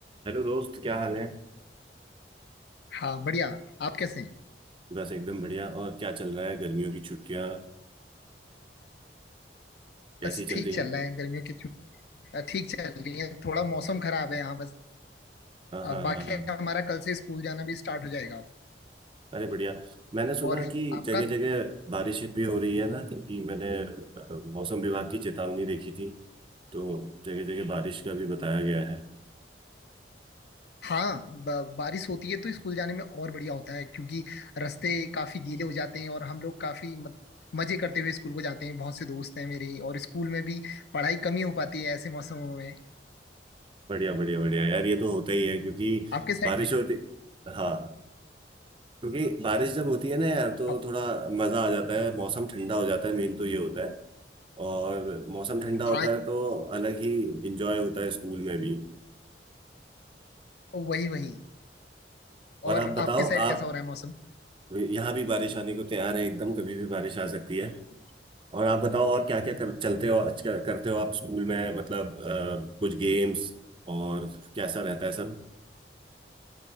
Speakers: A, on the right (about 30°); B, on the left (about 60°).
A: Hello दोस्त क्या हाल है
B: हाँ बढ़िया आप कैसे हैं
A: बस एकदम बढ़िया और क्या चल रहा है गर्मियों की छुट्टियां कैसी
B: बस
A: चल
B: ठीक
A: रही
B: चल
A: हैं
B: रहा है गर्मियों की छुट्टी ठीक चल रही है थोड़ा मौसम खराब है यहाँ बस
A: हाँ
B: अ,
A: हाँ
B: बाकी
A: हाँ हाँ
B: हमारा कल से स्कूल जाना भी स्टार्ट हो जाएगा अब
A: अरे बढ़िया मैंने सुना
B: और
A: कि
B: आपका
A: जगह जगह बारिश भी हो रही है ना कि मैंने अ, मौसम विभाग की चेतावनी देखी थी तो जगह जगह बारिश का भी बताया गया है
B: हाँ ब- बारिश होती है तो स्कूल जाने में और बढ़िया होता है क्योंकि रास्ते काफी गीले हो जाते हैं और हम लोग काफी मत, मजे करते हुए स्कूल को जाते हैं बहुत से दोस्त हैं मेरे और स्कूल में भी पढ़ाई कम ही हो पाती है ऐसे मौसमों में
A: बढ़िया बढ़िया बढ़िया यार ये तो होता ही है क्योंकि
B: आपके साइड
A: बारिश होती हाँ क्योंकि बारिश जब होती है ना यार तो
B: आप,
A: थोड़ा मजा आ जाता है मौसम ठंडा हो जाता है मेन तो ये होता है और मौसम ठंडा
B: हाँ
A: होता है तो अलग ही इंजॉय होता है स्कूल में भी
B: वही वही
A: और
B: और
A: आप
B: आपके
A: बताओ
B: साइड
A: आप
B: कैसा हो रहा है मौसम
A: यहाँ भी बारिश आने को तैयार है एकदम कभी भी बारिश आ सकती है और आप बताओ और क्या क्या कर, चलते हो आज क्या करते हो आप स्कूल में मतलब अ, कुछ गेम्स और कैसा रहता है सब